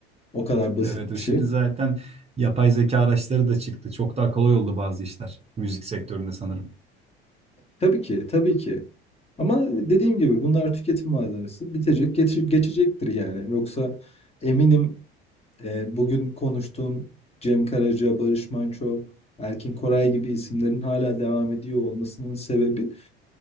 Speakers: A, on the left; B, on the right.
A: O kadar basit
B: Evet, e,
A: bir
B: şimdi
A: şey.
B: zaten yapay zeka araçları da çıktı. Çok daha kolay oldu bazı işler müzik sektöründe sanırım.
A: Tabii ki, tabii ki. Ama dediğim gibi bunlar tüketim malzemesi. Bitecek, geçe- geçecektir yani. Yoksa eminim e, bugün konuştuğun Cem Karaca, Barış Manço, Erkin Koray gibi isimlerin hala devam ediyor olmasının sebebi